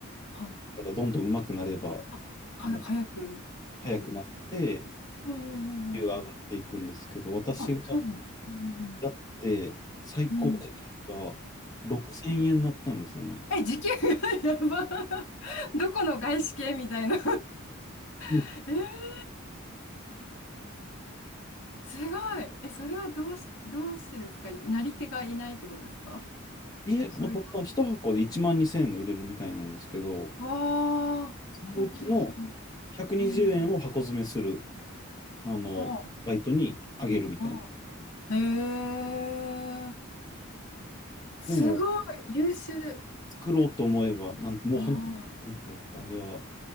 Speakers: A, on the left; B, on the left.
A: はい。
B: だからどんどん上手くなれば、
A: あ、は、
B: あの、
A: 早くできる。
B: 速くなって、
A: おお
B: 時給が上がっていくんですけど、
A: おお。
B: 私が
A: あ、そうなの。うん
B: やって最高時給が6000円になったんですよね。
A: うんうん。うんえ、時給が <laughs> やば。<laughs> どこの外資系みたいな
B: うん
A: <laughs> え、すごい。え、それはどうし、どうしてですかなり手がいないってことですか
B: 家、
A: そういう。
B: ほんま一箱で1万2000円で売れるみたいなんですけど、
A: わあ、
B: そのうちの
A: 高級品。
B: 120円を箱詰めする、
A: うん。
B: あの、
A: はあ。
B: バイトにあげるみたいな。
A: はあへえ、すごい、
B: でも、
A: 優秀。
B: 作ろうと思えば、なん、もう本当に、
A: あ
B: なんていうか、あれは、